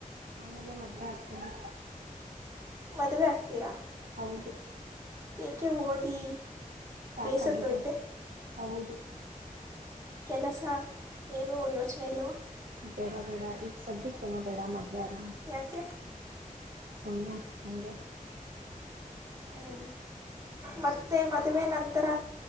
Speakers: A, on the right; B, on the right.
A: ಆಮೇಲೆ ಮದುವೆ ಆಗ್ತೀನಿ
B: ಮದುವೆ ಆಗ್ತೀರಾ
A: ಹೌದು
B: ಏಕೆ ಓದಿ
A: ಸಾಕಾಗಿದೆ
B: ಬೇಸತ್ತೋಯ್ತೆ
A: ಹೌದು
B: ಕೆಲಸ ಏನು ಯೋಚನೆ ಇಲ್ವಾ
A: ಬೇಡ ಬೇಡ ಈಗ ಸದ್ಯಕ್ಕೇಏನೋ ಬೇಡ ಮದವಾಗ
B: ಯಾಕೆ
A: ಸುಮ್ಮನೆ ನಮಗೆ
B: ಹ್ಞೂ ಮತ್ತೆ ಮದುವೆ ನಂತರ